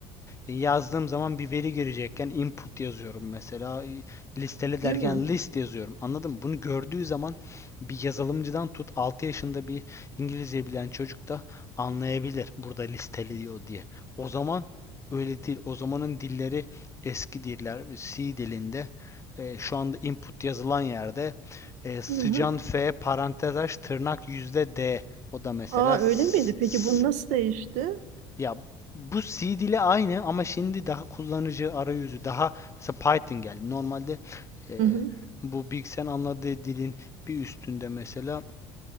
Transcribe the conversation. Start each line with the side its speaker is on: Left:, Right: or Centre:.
Left: yazdığım zaman bir veri girecekken input yazıyorum mesela. e, Listele derken
Right: değil mi?
Left: list yazıyorum. Anladın mı? Bunu gördüğü zaman bir yazılımcıdan tut 6 yaşında bir İngilizce bilen çocuk da anlayabilir burada listeliyor diye. O zaman öyle değil. O zamanın dilleri eski diller. C dilinde e, şu anda input yazılan yerde e, sıcan
Right: Hı hı.
Left: F parantez aç tırnak yüzde D o da mesela
Right: Aa
Left: s-
Right: öyle miydi? Peki
Left: s,
Right: bu nasıl değişti?
Left: ya bu C dili aynı ama şimdi daha kullanıcı arayüzü daha mesela Python geldi. Normalde e,
Right: Hı hı,
Left: bu bilgisayarın anladığı dilin bir üstünde mesela